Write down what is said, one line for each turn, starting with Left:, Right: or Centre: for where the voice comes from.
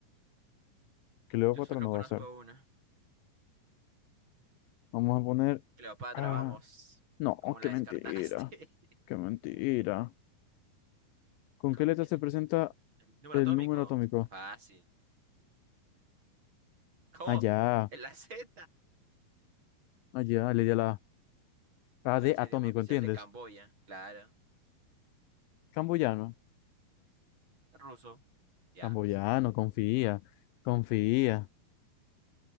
Left: Que Cleopatra
Right: Yo solo
Left: no
Right: conozco
Left: va a ser.
Right: uno.
Left: Vamos a poner...
Right: Cleopatra,
Left: Ah,
Right: vamos.
Left: no,
Right: ¿Cómo la
Left: qué
Right: descartaste?
Left: mentira, qué mentira.
Right: <laughs>
Left: ¿Con
Right: ¿Con
Left: qué letra
Right: qué
Left: se
Right: letra?
Left: presenta
Right: ¿El número
Left: el
Right: atómico?
Left: número atómico?
Right: Fácil. ¿Cómo?
Left: Allá,
Right: ¿En la Z?
Left: allá, le di a la A. Ah,
Right: ¿Cuál
Left: de
Right: es el
Left: atómico,
Right: idioma oficial
Left: ¿entiendes?
Right: de Camboya? Claro.
Left: Camboyano.
Right: Ruso. Ya.
Left: Camboyano,
Right: pues.
Left: confía, confía.